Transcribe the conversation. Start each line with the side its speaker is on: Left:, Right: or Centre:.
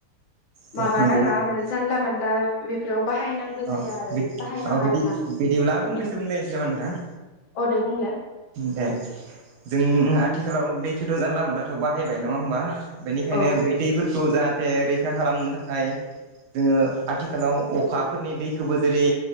Right: दे
Left: माबा
Right: नंगौ
Left: नाङा माने जानला मानला बे बाहायनांगौ
Right: अ
Left: जाया
Right: अ
Left: आरो बाहायनाङा
Right: बिदि
Left: आरोना।
Right: बिदिब्ला आं
Left: बेनि
Right: फंनैसो बुंलायनोसै नामा नोंथां
Left: अ दे बुंलाय
Right: दे जों आथिखालाव दैखौथ जानला मोनलाथ बाहायबाय नङा होमबा। बेनिखायनो
Left: औ
Right: बै दैैफोर खौ जाहाथे रैखा खालामनो थाखाय जोङो आथिखालाव अखा फोरनि दैखौबो जेरै